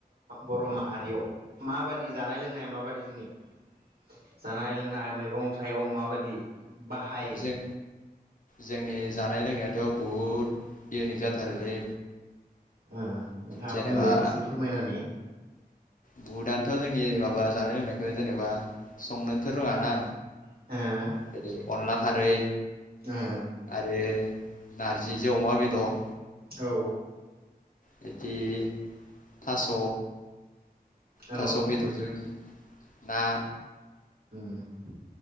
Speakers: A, on the right; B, on the left.
A: बर' माहारियाव माबादि जानाय लोंनाया माबादि जोंनिया जानाय लोंनाय मैगं थाइगं माबादि बाहायो
B: जों जोंनि जानाय लोंनायाथ' बहुद इउनिक जाथारोलै
A: ओ ओ नोंथाङा
B: जेनेबा
A: बुंदो एसे फोरमायनानै
B: बुहुदानोथ' जोंनि माबा जानाय लोंनायखौ जेनेबा संनोनोथ' रोङाना
A: ए
B: जेरै अनला खारै
A: ओ ओ।
B: दो नारजिजों अमा बेदर
A: ओ
B: बिदि थास'
A: औ औ
B: थास' बेदरजों ना।
A: <inaudible>